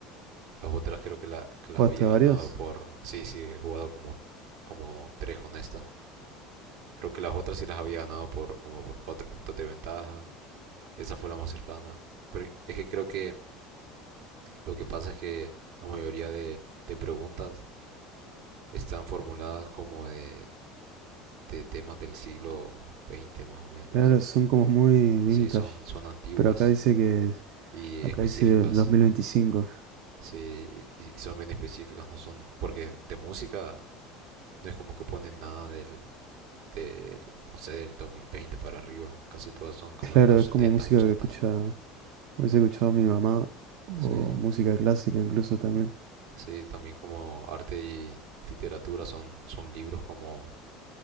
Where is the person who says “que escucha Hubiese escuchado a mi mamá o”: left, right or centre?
Right